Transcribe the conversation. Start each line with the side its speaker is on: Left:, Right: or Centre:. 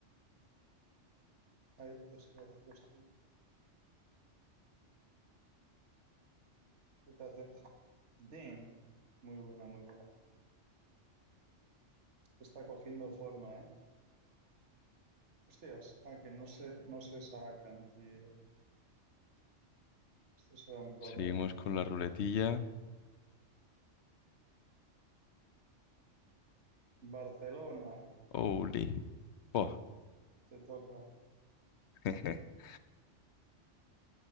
Right: Ay, es que vacilo estoy Z, Z. Damn. Muy buena, muy buena. Está cogiendo forma, ¿eh? Hostias, ah, que no se, no se sacan, tío. Esto será un problema.
Left: Seguimos con la ruletilla.
Right: Barcelona,
Left: Holy. Oh.
Right: te toca.
Left: <laughs>